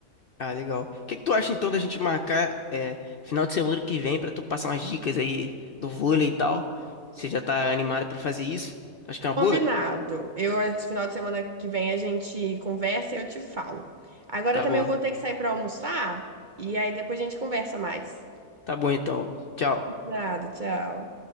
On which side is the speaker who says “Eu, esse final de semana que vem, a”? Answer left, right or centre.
Right